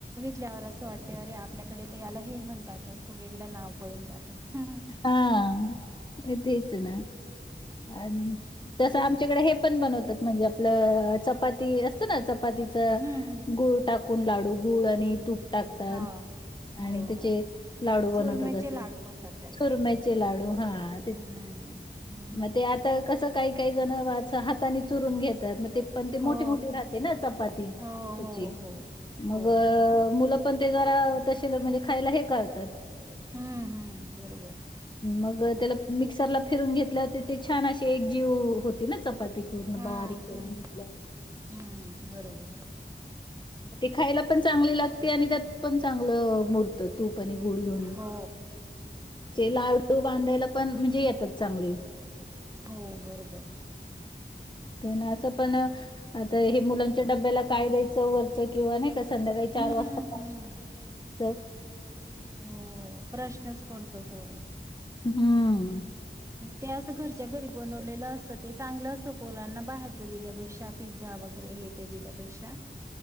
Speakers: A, on the right; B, on the left.
A: ल्यावर असं वाटतेवररे आपल्याकडे तर याला हे म्हणतात असं वेगळं नाव पडून जातं. हम्म
B: हा तेच ना आणि तसं आमच्याकडे हे पण बनवतात म्हणजे आपलं चपाती असतं ना चपाती
A: हम्म.
B: गुळ टाकून लाडू गु आणि तूप. टाकतात
A: हा
B: आणि
A: हो
B: त्याचे
A: हो
B: लाडू बनवतात
A: चुरम्याचे
B: असे
A: लाडू म्हणतात त्याला.
B: चुरम्याचे लाडू हा तेच
A: हम्म हम्म
B: मग ते आता कस काही काही जण हातानी चुरून घेतात. पण ते मोठी
A: हो
B: मोठी राहते ना चपाती
A: हो
B: त्याची.
A: हो हो हो.
B: मग मूल पण ते जरा ते तर म्हणजे खायला हे करतात.
A: हम्म हम्म बरोबर.
B: मग त्याला मिक्सरला फिरून घेतल्या तर ते छान अशी एक जीव होती ना. चपातीपूर्ण
A: हम्म
B: बारीक करून
A: हम्म
B: घेतल्या
A: हम्म बरोबर
B: ते खायला पण चांगली लागते आणि त्यात पण चांगलं मूर्त तूप. आणि गुळ दोन्ही.
A: हो
B: लाडू बांधायला पण म्हणजे येतात चांगले.
A: हो बरोबर.
B: ना असं पण आता हे मुलांच्या डब्याला काय द्यायचं वरचं किंवा नाही? संध्याकाळी चार
A: हम्म
B: वाजता काय
A: हम्म
B: द्यायचं?
A: हो प्रश्नच पडतो हो.
B: हम्म
A: ते असं घरच्या घरी बन वलेल असत ते चांगलं असत. पोरंना बाहेरच दिल्यापेक्षा पिझ्झा वगैरे हे ते दिल्यापेक्षा